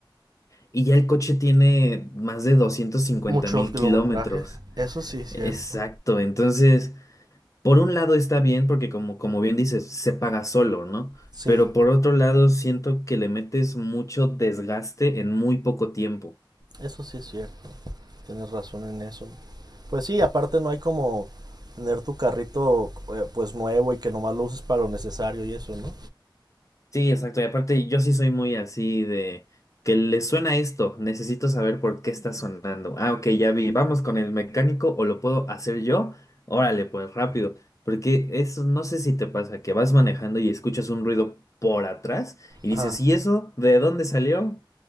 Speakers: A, on the left; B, on the right.
A: y ya el coche tiene más de doscientos cincuenta
B: Mucho
A: mil
B: kilometraje.
A: kilómetros.
B: Eso sí es
A: Exacto,
B: cierto.
A: entonces, por un lado está bien porque como, como bien dices, se paga solo, ¿no?
B: Sí,
A: Pero por otro lado, siento que le metes mucho desgaste en muy poco tiempo.
B: eso sí es cierto. Tienes razón en eso. Pues sí, aparte no hay como tener tu carrito eh, pues nuevo y que nomás lo uses para lo necesario y eso, ¿no?
A: Sí, exacto. Y aparte, yo sí soy muy así de que le suena esto. Necesito saber por qué está sonando. Ah, ok, ya vi. Vamos con el mecánico o lo puedo hacer yo. Órale, pues rápido. Porque eso, no sé si te pasa que vas manejando y escuchas un ruido por atrás y dices,
B: Ajá.
A: ¿y eso? ¿De dónde salió?